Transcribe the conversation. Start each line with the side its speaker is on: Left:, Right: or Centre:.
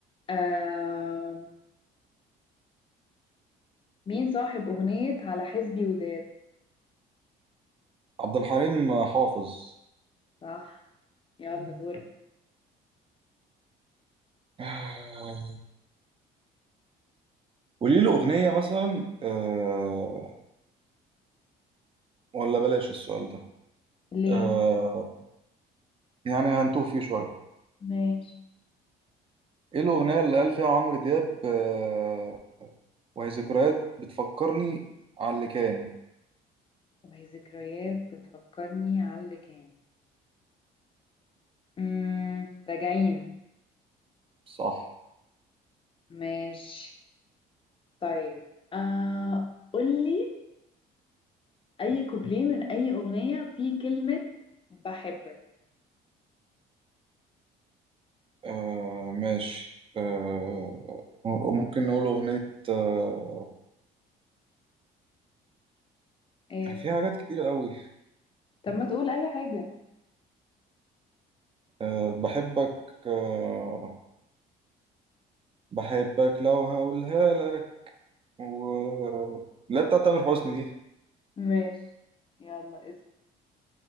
Left: آه مين صاحب أغنية على حسبي وداد
Right: عبد الحليم حافظ
Left: صح يلا دورك
Right: آه، قولي له اغنية مثلا آه، ولا بلاش السؤال ده
Left: ليه
Right: آه، يعني هنتوه فيه شوية
Left: ماشي
Right: ايه الأغنية اللي قال فيها عمرو دياب آه وهي ذكريات بتفكرني على اللي كان
Left: وهي ذكريات بتفكرني على اللي كان امم راجعين
Right: صح
Left: ماشي طيب آه قولي أي كوبليه من أي أغنية فيه كلمة بحبك
Right: آه ماشي آه ممكن نقول أغنية آه
Left: ايه
Right: في حاجات كتير قوي
Left: طب ما تقول أي حاجة
Right: آه بحبك آه بحبك لو هقولها لك و... لا بتاعت تامر حسني دي
Left: ماشي يلا اسم